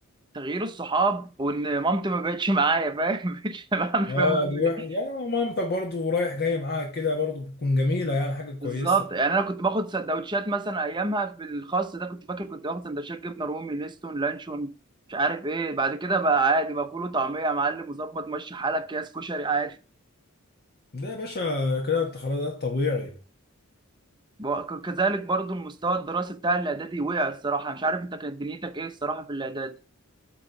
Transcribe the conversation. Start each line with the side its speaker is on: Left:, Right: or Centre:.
Right: تغيير الصحاب وان مامتي ما بقتش معايا فاهم <laughs> مش فاهم مش
Left: اه
Right: فاهم اعمل
Left: دي
Right: ايه
Left: وح- يعني مامتك برضو رايح جاي معاك كده برضو بتكون جميله يعني حاجه كويسه
Right: بالظبط يعني انا كنت باخد سندوتشات مثلا ايامها في الخاص ده كنت فاكر كنت باخد سندوتشات جبنه رومي نستون لانشون مش عارف ايه بعد كده بقى عادي بقى فول وطعميه يا معلم مظبط ماشي حالك اكياس كشري عادي
Left: ده يا باشا كده انت خلاص ده الطبيعي
Right: بقى- ك- كذلك برضو المستوى الدراسي بتاع الاعدادي وقع الصراحه مش عارف انت كانت دنيتك ايه الصراحه في الاعدادي